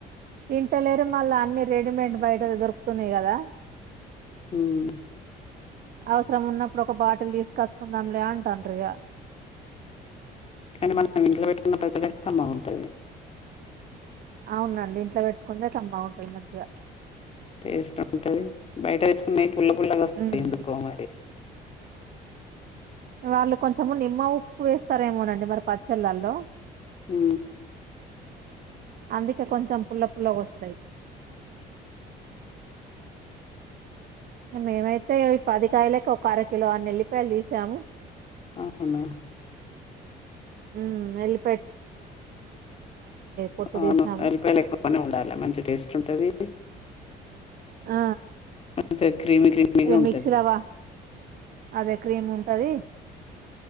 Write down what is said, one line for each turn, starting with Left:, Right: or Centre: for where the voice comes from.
Right: తింటలేరు. మళ్ళీ అన్ని రెడీమేడ్ బయట దోరు తున్నాయి కదా,
Left: ఉమ్
Right: అవసరం ఉన్నప్పుడు, ఒక బాటిల్ తీసుకొచ్చు కొందాములే ఆంటంటాండ్ర ఇగా
Left: కానీ, మనం ఇంట్లో పెట్టుకున్న పచ్చళ్ళు బాగుంటది.
Right: అవునండి, ఇంట్లో పెట్టుకుంటే బాగుంటది. కమ్మగ మంచిగా.
Left: టేస్ట్ ఉంటది. బయట తెచ్చు పుల్ల పుల్ల వస్తది.
Right: హ్మ్.
Left: ఎందుకో మరి
Right: వాళ్ళు కొంచము నిమ్మ ఉప్పు వేస్తారేమోనండి. మరి పచ్చళ్ళల్లో
Left: ఉ
Right: అందుకె కొంచెం పుల్ల పుల్ల గోస్తాయి. మేమైతే అయితే, పదికాయలకి ఒక అర కిలో అన్నెల్లిపాయలు తీసాము.
Left: అవునా
Right: మ్ ఎల్ పొట్టు
Left: అవును
Right: తీసాము
Left: ఎల్లిపాయలు ఎక్కువగానే ఉండాలి మంచి టేస్ట్ ఉంటది.
Right: ఆ
Left: మంచిగా క్రీమీ క్రిమీ
Right: ఇక
Left: గా ఉంటది.
Right: మిక్సీలవా అదే క్రీమ్ ఉంటది.